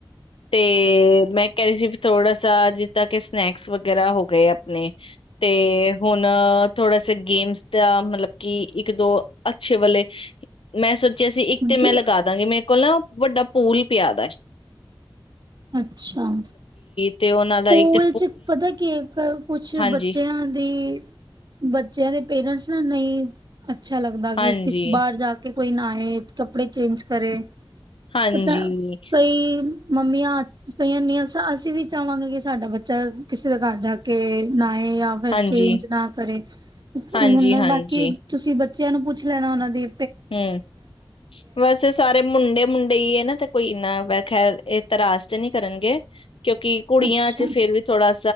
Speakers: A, on the left; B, on the right.
A: ਤੇ ਮੈਂ ਕਹਿ ਰਹੀ ਸੀ ਥੋੜਾ ਸਾ ਜਿੱਦਾਂ ਕਿ ਸਨੈਕਸ ਵਗੈਰਾ ਹੋ ਗਏ ਆਪਣੇ ਤੇ ਹੁਣ ਥੋੜਾ ਸਾ ਗੇਮਸ ਦਾ ਮਤਲਬ ਕਿ ਇੱਕ ਦੋ ਅੱਛੇ ਵਾਲੇ ਮੈਂ ਸੋਚ ਅਸੀਂ ਇੱਕ ਤੇ ਮੈਂ
B: ਗੇ
A: ਲਗਾ ਦਾਂਗੀ ਮੈ ਕੋਲਾਂ ਵੱਡਾ ਪੂਲ ਪਿ ਆਦਾ ਵਾ।
B: ਅੱਛਾ
A: ਤੇ ਉਹਨਾਂ ਦਾ
B: ਪੂਲ
A: ਇੱਕ ਤੇ
B: ਚ ਪਤਾ ਕੀ ਕੁਛ
A: ਹਾਂਜੀ
B: ਬੱਚਿਆਂ ਦੀ ਬੱਚਿਆਂ ਦੇ ਪੇਰੈਂਟਸ ਨਾ ਨਹੀਂ ਅੱਛਾ ਲੱਗਦਾ ਕਿ
A: ਹਾਂਜੀ
B: ਕਿਸ ਬਾਹਰ ਜਾ ਕੇ ਕੋਈ ਨਾ ਆ ਕੱਪੜੇ ਚੇਂਜ ਕਰੇ
A: ਹਾਂਜੀ,
B: ਪਤਾ ਕਈ ਮੰਮੀ ਆ ਕਈਆਂਨੀ ਅਸੀਂ ਵੀ ਚਾਹਵਾਂਗੇ ਸਾਡਾ ਬੱਚਾ ਕਿਸੇ ਦੇ ਘਰ ਜਾ ਕੇ ਨਾ ਜਾਂ ਫਿਰ
A: ਹਾਂਜੀ,
B: ਚੇਂਜ ਨਾ ਕਰੇ ਹੁਣ
A: ਹਾਂਜੀ, ਹਾਂਜੀ
B: ਬਾਕੀ ਤੁਸੀਂ ਬੱਚਿਆਂ ਨੂੰ ਪੁੱਛ ਲੈਣਾ ਉਹਨਾਂ ਦੀ
A: ਹਮ ਵੈਸੇ ਸਾਰੇ ਮੁੰਡੇ ਮੁੰਡੇ ਹੀ ਹੈ ਨਾ ਤੇ ਕੋਈ ਇਨਾ ਵੈਸੇ ਖੈਰ ਇਹਤਰਾਜ਼ ਤੇ ਨਹੀਂੀ ਕਰਨਗੇ ਕਿਉਂਕਿ ਕੁੜੀਆਂ
B: ਅੱਛਾ
A: ਚ ਫੇਰ ਵੀ ਥੋੜਾ